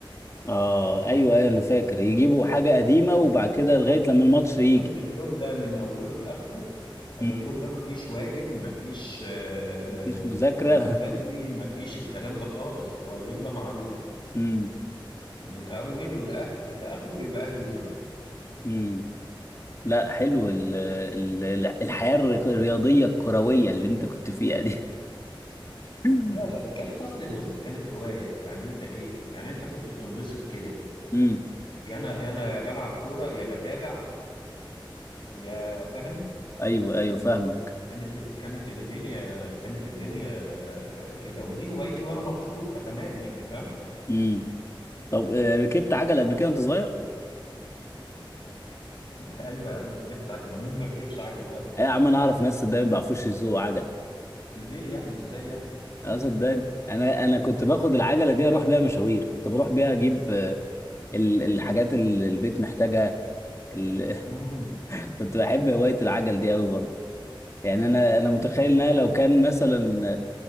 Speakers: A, on the left; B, on the left.
A: اه ايوه ايوه انا فاكر يجيبوا حاجه قديمه وبعد كده لغايه لما الماتش
B: أنا
A: يجي
B: كنت اليوم ده من أوله لآخره أنا
A: مم.
B: اليوم ده مفيش واجب مفيش آه،
A: مفيش مذاكره
B: هننام بدري مفيش الكلام ده خالص هو اليوم ده معروف
A: <laughs> امم
B: من أوله لآخ- لآخره بيبقى أهلي وزمالك
A: امم لا حلو ال ال ال- الحياه الري- الرياضيه الكرويه اللي انت كنت فيها دي <laughs>
B: لا لا كانت أصل بص كانت هواية يعني أنت إيه يعني أنت كنت بتنبسط كده
A: امم
B: يا أنا أنا يا بلعب كورة يا بتابع يا فاهم
A: ايوه ايوه فاهمك
B: كانت ال... كانت الدنيا كانت الدنيا آه، كده ودي هوايتي وأنا مبسوط فتمام يعني فاهم
A: امم طب آه، ركبت عجل قبل كده وانت صغير؟
B: <laughs> ايوه يا عم ركبت عجل ومين ما ركبش عجل طيب
A: يا عم انا اعرف ناس صدقني ما بيعرفوش يسوقوا عجل
B: ليه يعني ازاي يعني
A: اه صدقني انا انا كنت باخد العجله دي اروح بيها مشاوير كنت بروح بيها اجيب آه، ال- الحاجات اللي البيت محتاجها ال...
B: امم
A: <laughs> كنت بحب هواية العجل دي قوي برضه يعني انا انا متخيل ان انا لو كان مثلا